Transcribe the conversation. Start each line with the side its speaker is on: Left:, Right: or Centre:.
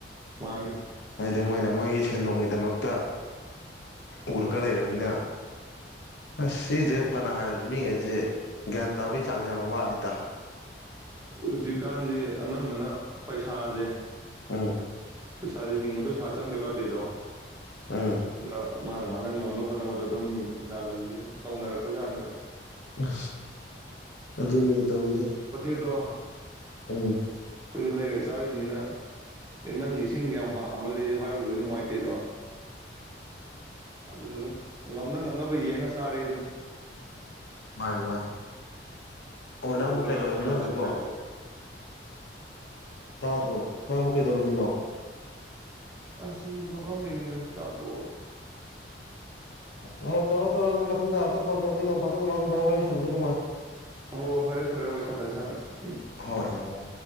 Right: ꯃꯥꯅꯦꯁ
Left: ꯍꯥꯏꯗꯤ ꯃꯣꯏꯅ ꯃꯣꯏꯒꯤ ꯁꯦꯟꯗꯣꯡꯒꯤꯗꯃꯛꯇ ꯎꯔꯒ ꯂꯩꯔꯝꯅꯤꯅ ꯑꯁ ꯁꯤꯁꯦ ꯐꯅ ꯍꯥꯏꯔꯁꯨ ꯃꯤꯒꯩꯁꯦ ꯒ꯭ꯌꯥꯟ ꯇꯥꯕꯒꯤ ꯆꯥꯡ ꯌꯥꯝ ꯋꯥꯠꯂꯤꯗ
Right: ꯍꯧꯖꯤꯛꯀꯥꯟꯁꯦ ꯑꯅꯝꯕꯅ ꯄꯩꯁꯥꯁꯦ
Left: ꯎꯝ
Right: ꯄꯩꯁꯥꯁꯦ ꯍꯤꯡꯕꯗ ꯄꯩꯁꯥ ꯆꯪꯗ ꯌꯥꯗꯦꯗꯣ
Left: ꯎꯝ
Right: ꯑꯥ ꯃꯥꯅ ꯃꯥꯅ ꯉꯝꯅ ꯍꯣꯠꯅꯕꯗ ꯑꯗꯨꯝ ꯁꯦꯟꯗꯥꯜ ꯂꯝꯕꯤꯁꯦ ꯑꯗꯨꯝ ꯇꯧꯅꯔꯛꯄ ꯖꯥꯠꯅꯤꯗ
Left: ꯑ ꯑꯗꯨꯅꯤꯅꯦ ꯇꯧꯔꯤꯁꯦ
Right: ꯗꯣ ꯑꯩꯈꯣꯏꯁꯨ
Left: ꯎꯝ
Right: ꯂꯩꯔ ꯆꯥꯔꯤꯅꯤꯅ ꯑꯦ ꯅꯪ ꯏꯁꯤꯡ ꯌꯥꯝ ꯍꯥ ꯍꯥꯞꯃꯜꯂꯤ ꯍꯥꯏꯔꯨꯕꯗꯤ ꯅꯨꯡꯉꯥꯏꯇꯦꯗꯣ ꯑꯗꯨ ꯑꯗꯨꯝ ꯉꯝꯅ ꯉ ꯅꯕ ꯌꯦꯡꯉꯥ ꯆꯥꯔꯤ ꯑꯗꯨ
Left: ꯃꯥꯅꯤ ꯃꯥꯅꯤ ꯑꯣ ꯅꯪꯕꯨ
Right: ꯇꯧꯗꯕ
Left: ꯀꯩꯗꯧꯔꯝꯃꯤꯅꯣ
Right: ꯌꯥꯗꯕ ꯉꯥꯛꯇꯅꯤꯅꯀꯣ
Left: ꯍꯧꯖꯤꯛꯄꯣ ꯇꯗ꯭ꯔꯣ ꯅꯪꯕꯨꯨ ꯀꯩ ꯗꯧꯔꯝꯃꯤꯅꯣ
Right: ꯑꯁꯨꯝ ꯐꯝꯃꯝ ꯃꯤꯅꯤꯗ ꯆꯥꯛ ꯇꯣꯛꯑꯒ
Left: ꯑꯣ ꯑꯣ ꯇꯧꯔ ꯇꯧꯔꯣ ꯑꯗꯨꯗꯤ ꯃꯊꯪꯗꯥꯇ ꯐꯣꯟ ꯇꯧꯔꯛꯀꯦ ꯅꯣꯡ ꯐꯗꯣꯛ ꯋꯥꯔꯤ ꯁꯥꯟꯅꯕꯁꯦ ꯅꯨꯡꯉꯥꯏ
Right: ꯍꯣ ꯐꯔꯦ ꯐꯔꯦ ꯍꯣ ꯁꯥꯟꯅꯁ ꯁꯥꯟꯅꯁꯤ
Left: ꯍꯣꯏ ꯍꯣꯏ